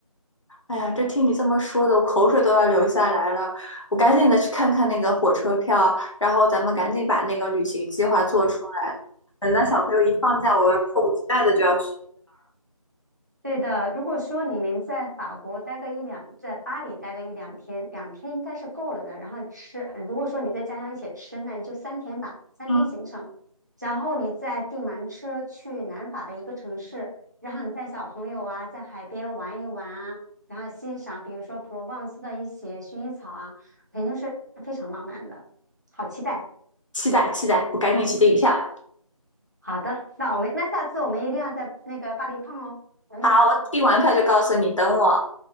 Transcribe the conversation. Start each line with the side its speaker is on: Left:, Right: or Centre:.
Left: 哎呀，这听你这么说的，我口水都要流下来了。我赶紧的去看看那个火车票，然后咱们赶紧把那个旅行计划做出来。等到小朋友一放假，我迫不及待的就要去。
Right: 对的，如果说你们在法国待个一两，在巴黎待个一两天，两天应该是够了的。然后吃，如果说你再加上一起吃，那你就三天吧，三天行程。
Left: 嗯，
Right: 然后你再订完车去南法的一个城市，然后你带小朋友啊，在海边玩一玩啊，然后欣赏比如说普罗旺斯的一些薰衣草啊，肯定是非常浪漫的。好期待！
Left: 期待期待，我赶紧去订票。
Right: 好的，那我们那下次我们一定要在那个巴黎碰哦，等你哦。
Left: 好，我订完票就告诉你，等我。